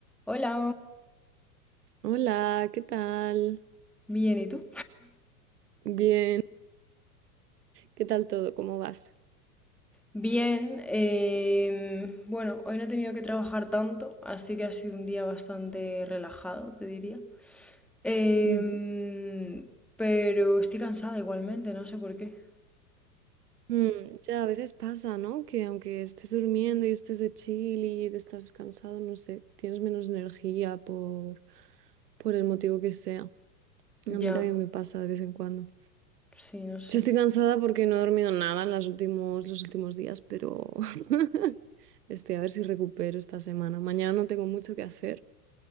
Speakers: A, in the centre; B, on the right.
A: Hola,
B: Hola, ¿qué tal?
A: bien, ¿y tú?
B: Bien, ¿qué tal todo? ¿Cómo vas?
A: Bien, eh, bueno, hoy no he tenido que trabajar tanto, así que ha sido un día bastante relajado, te diría. Em,
B: Ujú.
A: pero estoy cansada igualmente, no sé por qué.
B: Mm, ya a veces pasa, ¿no? Que aunque estés durmiendo y estés de chill y te estás cansado, no sé, tienes menos energía por, por el motivo que sea. A
A: Ya,
B: mí también me pasa de vez en cuando.
A: sí, no sé.
B: Yo estoy cansada porque no he dormido nada en los últimos, los últimos días, pero <laughs> este a ver si recupero esta semana. Mañana no tengo mucho que hacer,